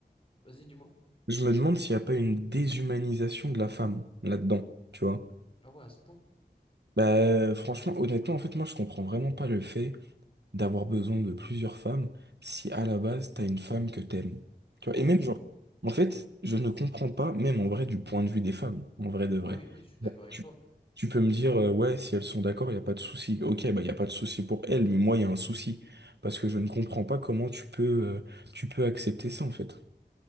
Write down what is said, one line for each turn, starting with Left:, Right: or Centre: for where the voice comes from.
Left: vas-y, dis-moi.
Right: je me demande s'il n'y a pas une déshumanisation de la femme là-dedans. tu vois
Left: Ah ouais, à ce point.
Right: Bah, euh, franchement, honnêtement, en fait, moi, je comprends vraiment pas le fait d'avoir besoin de plusieurs femmes si à la base, t'as une femme que t'aimes. Tu vois,
Left: Ouais.
Right: et même, genre, en fait, je ne comprends pas, même en vrai, du point de vue des femmes, en vrai de vrai.
Left: Ah oui, mais je suis
Right: Bon,
Left: d'accord avec
Right: tu,
Left: toi.
Right: tu peux me dire, euh, ouais, si elles sont d'accord, il n'y a pas de souci. Ok, bah, il n'y a pas de souci pour elles, mais moi, il y a un souci. Parce que je ne comprends pas comment tu peux, euh, tu peux accepter ça, en fait.